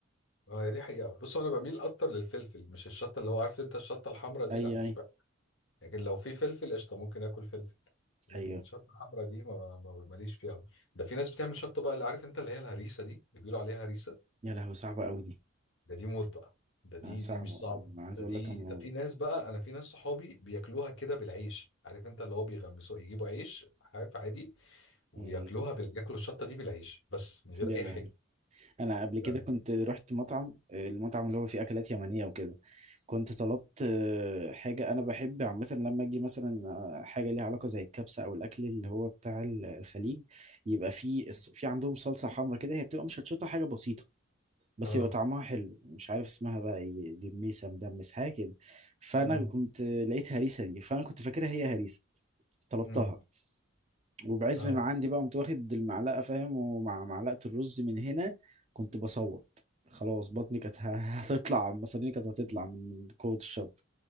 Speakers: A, on the left; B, on the right.
A: اه هي دي حقيقة بص انا بميل اكتر للفلفل مش الشطة اللي هو عارف انت الشطة الحمراء دي
B: أي
A: لا مش
B: أي
A: بقى لكن لو في فلفل قشطة ممكن اكل فلفل لكن
B: أيوه
A: الشطة الحمراء دي ما ما ماليش فيها قوي ده في ناس بتعمل شطة بقى اللي عارف انت اللي هي الهريسة دي اللي بيقولوا عليها هريسة
B: يا لهوي صعبة أوي دي
A: ده دي موت بقى ده دي
B: آه، صعبة
A: دي مش صعبة
B: أنا عايز
A: ده
B: أقول
A: دي
B: لك أنا
A: ده في ناس بقى انا في ناس صحابي بياكلوها كده بالعيش عارف انت اللي هو بيغمسوا يجيبوا عيش عارف عادي وياكلوها
B: آه،
A: بال... ياكلوا الشطة دي بالعيش بس من غير
B: يا
A: اي
B: لهوي
A: حاجة
B: انا قبل كده
A: ده-
B: كنت رحت مطعم المطعم اللي هو فيه اكلات يمنيه وكده كنت طلبت آه، حاجه انا بحب عامه لما اجي مثلا آه، حاجه ليها علاقه زي الكبسه او الاكل اللي هو بتاع ال- الخليج يبقى فيه الص- في عندهم صلصه حمراء كده هي بتبقى مشطشطه حاجه بسيطه بس
A: اه
B: يبقى طعمها حلو مش عارف اسمها بقى ايه دميسه مدمس حاجه كده فانا
A: امم
B: كنت لقيت هريسه دي فانا كنت فاكرها هي هريسه طلبتها
A: امم
B: وبعزم
A: اه
B: ما عندي بقى قمت واخد المعلقه فاهم ومع معلقه الرز من هنا كنت بصوت خلاص بطني كانت ه- <laughs> هتطلع مصاريني كانت هتطلع من قوه الشط